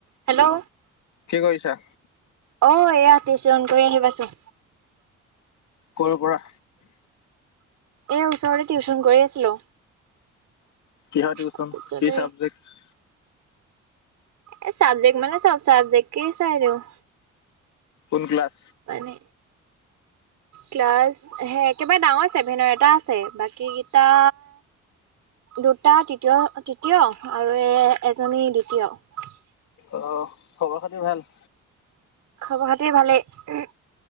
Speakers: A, on the right; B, on the left.
A: Hello
B: কি কৰিছা?
A: অ', এইয়া <unintelligible> কৰি আহি পাইছোঁ।
B: ক'ৰ পৰা?
A: এই ওচৰতে টিউচন কৰি আছিলো।
B: কিহৰ টিউচন?
A: তাৰপিছতে
B: কি চাবজেক্ট?
A: এ চাবজেক্ট মানে চব চাবজেক্ট <unintelligible>
B: কোন ক্লাছ?
A: মানে ক্লাছ হে একেবাৰে ডাঙৰ ছেভেনৰ এটা আছে। বাকী কেইটা, দুটা তৃতীয়-তৃতীয় আৰু এ-এজনী দ্বিত <unintelligible>
B: অ', খবৰ খাতি ভাল?
A: খবৰ খাতি ভালেই।